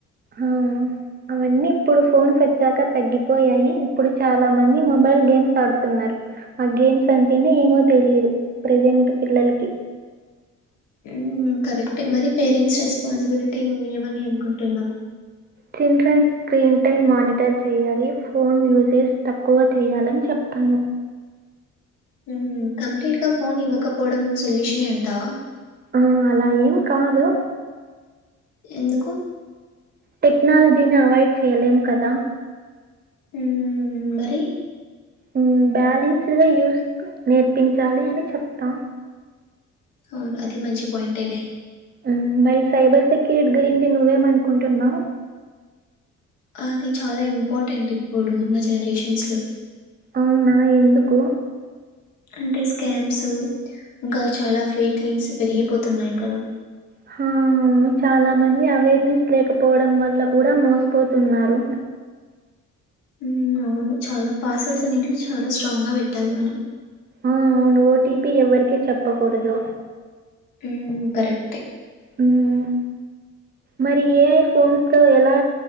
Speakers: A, on the right (about 35°); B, on the left (about 85°).
A: ఆ అవన్నీ ఇప్పుడు ఫోన్స్ వచ్చాక తగ్గిపోయాయి, ఇప్పుడు చా. లా మంది మొబైల్ గేమ్స్ ఆడుతున్నారు ఆ గేమ్స్ అంటేనే ఏమో తెలిదు ప్రజెంట్ పిల్లల్కి.
B: మ్మ్ కరెక్టే మరి పేరెంట్స్ రెస్పాన్సిబిలిటి, నువ్వు ఏమని అనుకుంటున్నావు.
A: చిల్డ్రన్ స్క్రీన్ టైమ్ మానిటర్ చెయ్యాలి ఫోన్ యూసేజ్ తక్కువ చెయ్యాలి అని చె ప్తాను
B: ఉహ్మ్ కంప్లీట్‌గా ఫోన్ ఇవ్వకపోవడం సొల్యూషనే అంటావా
A: ఆ అల ఏం కాదు
B: ఎందుకు
A: టెక్నాలజీని అవైడ్ చెయ్యలేం కదా
B: ఉమ్మ్ మరి
A: ఉమ్మ్ బ్యాలెన్సుడ్‌గా యూస్ నేర్పించాలి అని చెప్తా
B: అవును అది మంచి పాయింటెలే
A: ఉమ్మ్ మరి సైబర్ సెక్యూరిటీ గురించి నువ్వేమనుకుంటున్నావ్
B: అది చాలా ఇంపార్టెంట్ ఇప్పుడు ఉన్న జనరేషన్స్లో
A: అవునా ఎందుకూ
B: అంటె స్కామ్స్ ఇంక చాలా ఫేక్ లింక్స్ పెరిగిపోతున్నాయి కదా
A: హ అవును చాలా మంది అవేర్నెస్ లేకపోవడం వల్ల కూడ మోసపోతున్నారు
B: ఉహ్మ్ అవును చాలా పాస్వర్డ్స్ అనేటివి చాలా స్ట్రాంగ్గా పెట్టాలి మనం
A: ఆ అవును ఓటీపి ఎవరికి చెప్పకూడదు
B: ఉమ్మ్ కరెక్టె
A: ఉమ్మ్ మరి ఏఐ ఫోన్స్‌తో ఎలా